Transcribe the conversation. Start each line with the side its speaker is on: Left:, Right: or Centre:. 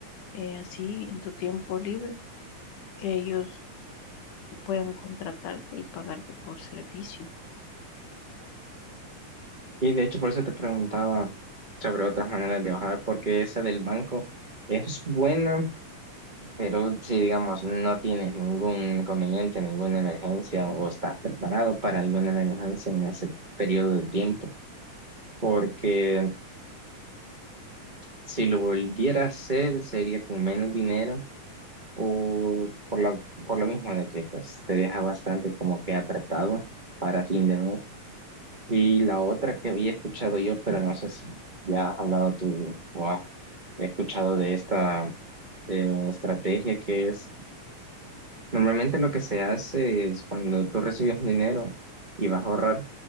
Left: eh, así en tu tiempo libre que ellos puedan contratarte y pagarte por servicio.
Right: Y de hecho por eso te preguntaba sobre otras maneras de ahorrar porque esa del banco es buena, pero si digamos no tienes ningún inconveniente, ninguna emergencia o estás preparado para alguna emergencia en ese periodo de tiempo, porque si lo volviera a hacer sería con menos dinero o por lo, por lo mismo de que pues te deja bastante como que apretado para fin de mes Y la otra que había escuchado yo, pero no sé si ya has hablado tú o has escuchado de esta eh, estrategia que es, normalmente lo que se hace es cuando tú recibes un dinero y vas a ahorrar,